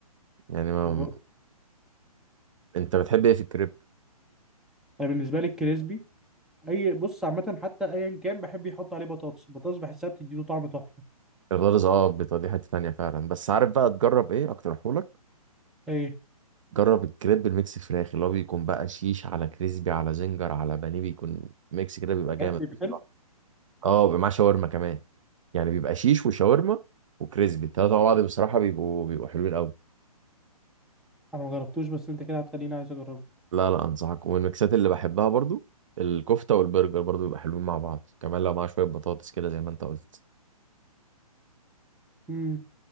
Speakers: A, on the right; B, in the centre.
A: يعني ما...
B: البر...
A: انت بتحب ايه في الكريب
B: انا بالنسبه لي الكريسبي اي بص عامه حتى ايا كان بحب يحط عليه بطاطس البطاطس بحسها بتديله طعم تحفه
A: البطاطس اه بتودي دي حتة تانية فعلا بس عارف بقى تجرب ايه اقترحهولك
B: ايه
A: جرب الكريب الميكس فراخ اللي هو بيكون بقى شيش على كريسبي على زنجر على بانيه بيكون ميكس كده بيبقى جامد
B: بجد
A: بصراحة. اه بيبقى معاه شاورما كمان يعني بيبقى شيش وشاورما وكريسبي التلاتة مع بعض بصراحة بيبقوا بيبقوا حلوين قوي
B: انا ما جربتوش بس انت كده هتخليني عايز اجربه
A: لا لا انصحك والميكسات اللي بحبها برضو الكفته والبرجر برضو بيبقى حلوين مع بعض كمان لو معاه شويه بطاطس كده زي ما انت قلت
B: امم